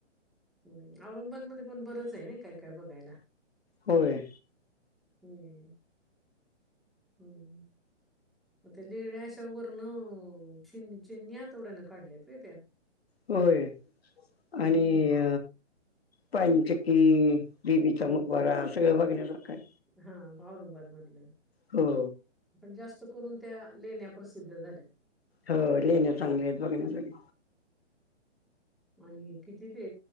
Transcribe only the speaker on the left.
होय
होय
आणि पांचकी बीबीकामुकबारा
सगळ बघण्यासारखं आहे
हो
हो लेण्या चांगले आहेत बघण्यासाठी